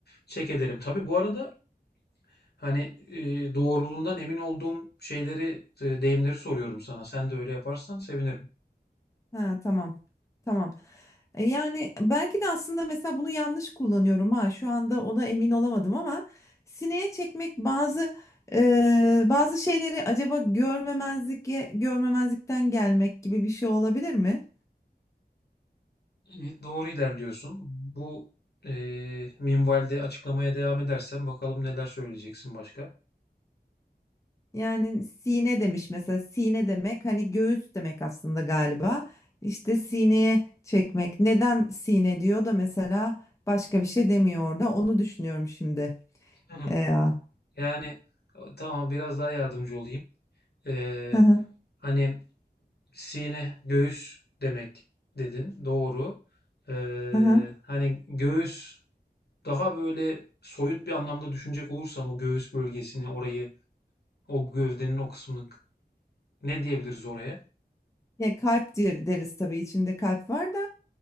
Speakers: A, on the left; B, on the left.
A: çek edelim. Tabii bu arada hani e, doğruluğundan emin olduğum şeyleri, e, deyimleri soruyorum sana. Sen de öyle yaparsan sevinirim.
B: Ha, tamam. Tamam. E, Yani belki de aslında mesela bunu yanlış kullanıyorum ha. Şu anda ona emin olamadım ama sineye çekmek bazı e, bazı şeyleri acaba görmemezlik görmemezlikten gelmek gibi bir şey olabilir mi?
A: Evet, doğru ilerliyorsun. Bu eee minvalde açıklamaya devam edersen bakalım neler söyleyeceksin başka.
B: Yani sine demiş mesela sine demek hani göğüs demek aslında galiba. İşte sineye çekmek. Neden sine diyor da mesela başka bir şey demiyor orada. Onu düşünüyorum şimdi.
A: Hı hı.
B: E, ya.
A: Yani e, tamam biraz daha yardımcı olayım. Eee,
B: Hı hı.
A: hani sine göğüs demek dedin. Doğru. Eee,
B: Hı hı.
A: hani göğüs daha böyle soyut bir anlamda düşünecek olursan o göğüs bölgesini orayı o gövdenin o kısmını ne diyebiliriz oraya?
B: Ya kalp diye deriz tabii içinde kalp var da